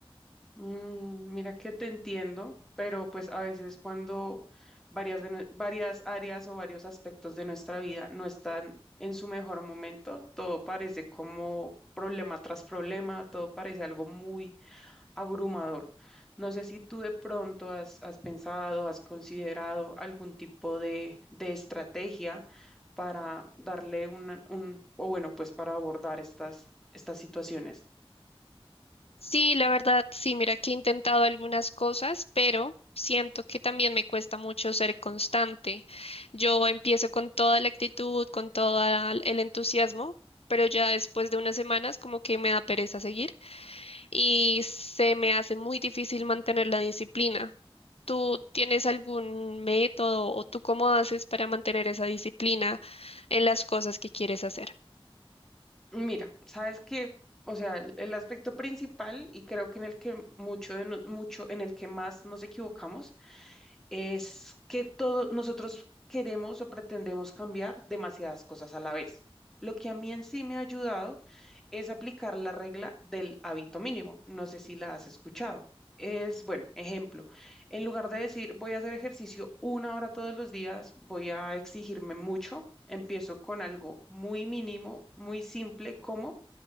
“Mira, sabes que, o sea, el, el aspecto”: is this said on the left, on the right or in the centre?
Centre